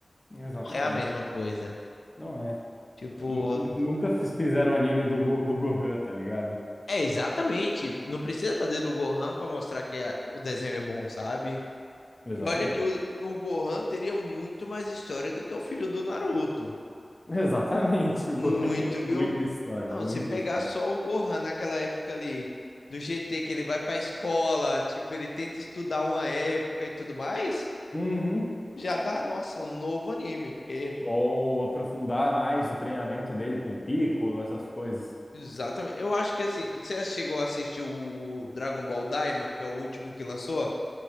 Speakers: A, on the left; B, on the left.
A: Exatamente.
B: Não é a mesma coisa.
A: Não é.
B: Tipo,
A: E- Nunca fiz- fizeram anime do, Go- do Gohan, tá ligado?
B: é exatamente. Não precisa fazer do Gohan pra mostrar que a- o desenho é bom, sabe?
A: Exatamente.
B: E olha que o, o Gohan teria muito mais história do que o filho do Naruto.
A: Exatamente, <laughs> o
B: Muito,
A: Gohan teria
B: viu?
A: muita história,
B: Não,
A: muita
B: se pegar
A: história.
B: só o Gohan naquela época ali do GT, que ele vai pra escola, tipo, ele tenta estudar uma época e tudo mais,
A: Uhum.
B: já dá, nossa, um novo anime, porque.
A: Ou aprofundar mais o treinamento dele com o Piccolo, essas coisas.
B: Exatamente. Eu acho que assim, você chegou a assistir o Dragon Ball Daima, que é o último que lançou?